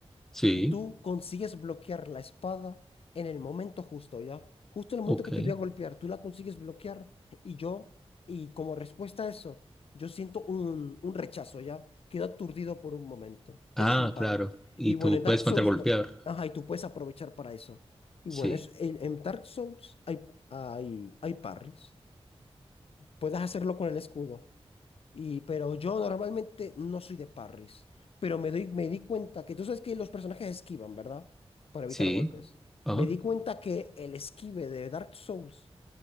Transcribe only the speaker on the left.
Y tú consigues bloquear la espada en el momento justo, ¿ya? Justo en el momento
que te voy a golpear, tú la consigues bloquear. Y yo, y como respuesta a eso, yo siento un, un rechazo, ¿ya? Quedo aturdido por un momento.
Eso es un parry.
Y bueno,
en
Dark Souls,
pa- ajá, y tú puedes aprovechar para eso. Y
bueno, es, en, en Dark Souls hay, hay, hay parries. Puedes hacerlo con el escudo. Y, pero yo normalmente no soy de parries, pero me doy, me di cuenta que tú sabes que los personajes esquivan, ¿verdad? Para evitar
golpes.
Me di cuenta que el esquive de Dark Souls